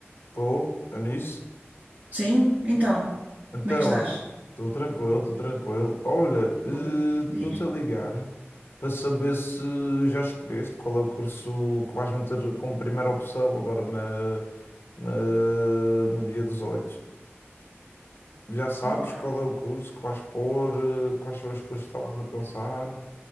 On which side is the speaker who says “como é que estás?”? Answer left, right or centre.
Right